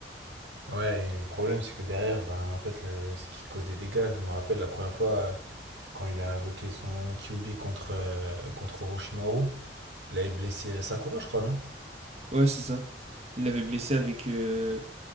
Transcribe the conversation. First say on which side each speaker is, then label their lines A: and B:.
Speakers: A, on the right; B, on the right.
A: Ouais, et le problème, c'est que derrière, ben, en fait, le- c'est qu'il cause des dégâts. Je me rappelle la première fois, euh, quand il a invoqué son Kyubi contre, euh, contre Orochimaru, il avait blessé Sakura, je crois, non?
B: Ouais, c'est ça. Il l'avait blessé avec, euh,